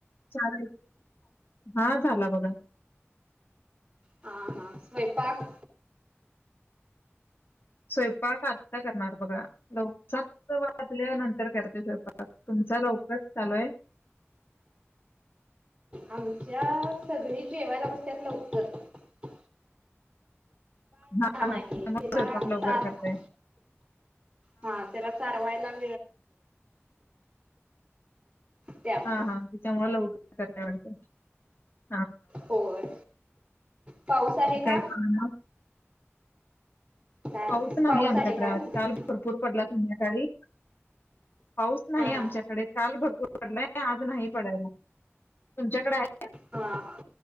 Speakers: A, on the left; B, on the right.
A: चहा हा झाला बघा
B: हा हा स्वयंपाक
A: स्वयंपाक आता करणार बघा लव सात वाजल्या नंतर करते स्वयंपाक तुमचा लवकरच चालू आहे.
B: आमच्यात सगळी जेवायला बस <inaudible>
A: हा हा
B: आहे
A: त्यामुळे
B: त्याला
A: स्वयंपाक लवकर
B: सात
A: करताय.
B: हा त्याला चारवायला <inaudible> त्यामुळे
A: हा हा त्याच्यामुळे लव <inaudible>
B: होय पाऊस
A: आणि
B: आलय का?
A: काय चाललंय मग
B: काय
A: पाऊस नाही आमच्याकडे
B: आहे काय
A: आज
B: म्हटलं
A: काल भरपूर पडला. संध्याकाळी पाऊस
B: हा
A: नाही
B: हा
A: आमच्याकडे काल भरपूर पडलाय आज नाही पडायला तुमच्याकडे आहे.
B: हा हा